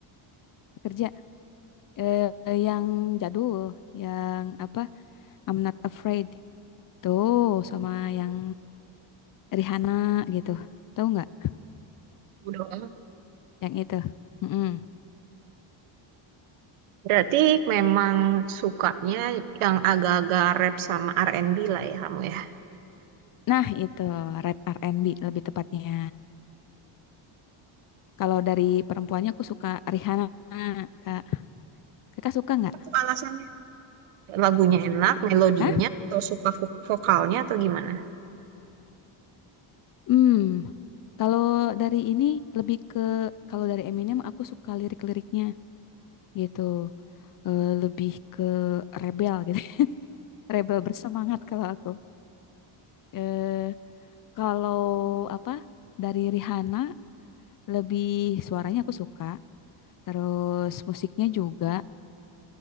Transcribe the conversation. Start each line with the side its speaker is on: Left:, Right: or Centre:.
Left: Kerja. Eh, yang jadul. Yang apa? I'm Not Afraid. Tuh, sama yang Rihanna gitu. Tahu nggak?
Right: Udah.
Left: Yang itu. Mm-mm.
Right: Berarti memang sukanya yang agak-agak rap sama R&B lah ya kamu ya.
Left: Nah, itu rap R&B lebih tepatnya. Kalau dari perempuannya aku suka Rihanna, Kak. Kakak suka nggak?
Right: Apa tuh alasannya? Lagunya enak, melodinya,
Left: Hah?
Right: atau suka vo- vokalnya atau gimana?
Left: Hmm. Kalau dari ini lebih ke kalau dari Eminem aku suka lirik-liriknya. gitu Eh, lebih ke rebel gitu <laughs> rebel bersemangat kalau aku eh kalau apa dari Rihanna lebih suaranya aku suka terus musiknya juga